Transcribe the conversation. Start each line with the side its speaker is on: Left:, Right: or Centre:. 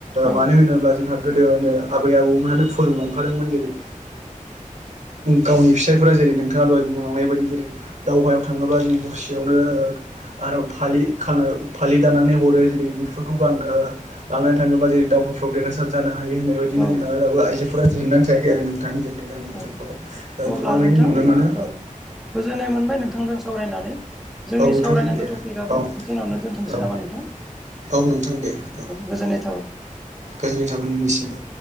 Centre: औ
Right: मानो होनोब्ला जोंहा। गोदोनो आबै आबौमोनहानो फोरोंलांखादोंमोन जेरै गावनि फिसायफोरा जेरै नोंथाङा दहाय बुंलांनाय बायदि जेरै दावहायाव थाङोब्ला जों हरसेयावनो। फालि खानानै फालि दानानै। हरो जेरै बेफोरखौ ग लानानै थाङोब्ला जेरै दावहाफ्राव देरहासार जानो हायो। बे होननाय बायदिनो
Centre: औ
Right: जोंना आइजोफोरा जेननानै थायाखै आरो नोंथां। जोंनि गामि ओनसोलफ्राव
Centre: औ अब्ला
Right: गोबाङैनो
Centre: नोंथां
Right: नुनो मोनो।
Centre: औ गोजोननाय मोनबाय नोंथांजों सावरायनानै जोंनि
Right: औ नोंथां
Centre: सावरायनांगौ
Right: दे
Centre: टपिकआबो
Right: औ
Centre: बेखिनियावनो दोनथ'नोसै
Right: औ
Centre: नामा नोंथां।
Right: औ नोंथां दे औ।
Centre: गोजोननाय औ।
Right: गोजोननाय थाबाय नोंनिसिमबो।